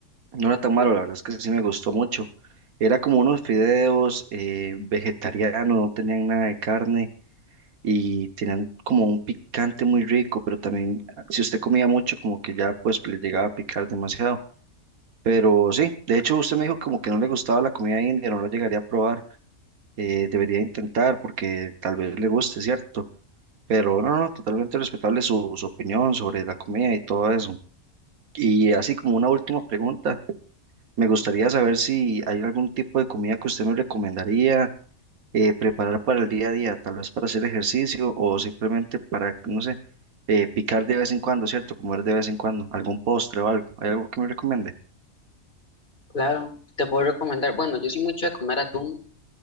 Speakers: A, on the right (about 80°); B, on the left (about 35°).
A: no era tan malo, la verdad es que sí me gustó mucho. Era como unos fideos eh, vegetarianos, no tenían nada de carne y tenían como un picante muy rico, pero también ah, si usted comía mucho, como que ya pues le llegaba a picar demasiado. Pero sí, de hecho usted me dijo como que no le gustaba la comida india, no la llegaría a probar, eh, debería intentar porque tal vez le guste, ¿cierto? Pero no, no, no, totalmente respetable su, su opinión sobre la comida y todo eso. Y así como una última pregunta, me gustaría saber si hay algún tipo de comida que usted me recomendaría eh, preparar para el día a día, tal vez para hacer ejercicio o simplemente para, no sé, eh, picar de vez en cuando, ¿cierto? Comer de vez en cuando, algún postre o algo. ¿Hay algo que me recomiende?
B: Claro, te puedo recomendar. Bueno, yo soy mucho de comer atún.